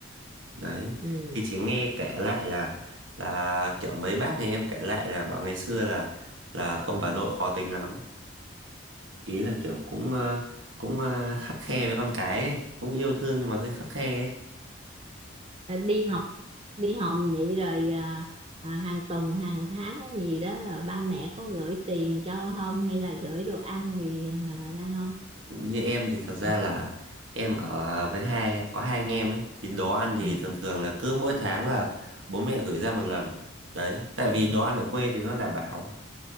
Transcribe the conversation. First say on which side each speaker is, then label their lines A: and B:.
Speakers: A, on the right; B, on the right.
A: đấy
B: Ừ.
A: thì chị nghe kể lại là là kiểu mấy bác nhà em kể lại là bảo ngày xưa là là ông bà nội khó tính lắm ý là kiểu cũng ờ, cũng ờ, khắt khe với con cái ấy. cũng yêu thương nhưng mà hơi khắt khe ấy.
B: Ờ, đi học đi học vậy rồi à, à, hàng tuần hàng tháng gì đó ờ, ba mẹ có gửi tiền cho không hay là gửi đồ ăn gì à, ra không
A: như em thì thật ra
B: Ừ.
A: là em ở với hai có hai anh em ấy thì đồ ăn thì
B: Ừ.
A: thường thường là cứ mỗi tháng là bố mẹ gửi ra một lần đấy tại vì
B: À,
A: đồ ăn ở quê thì nó đảm bảo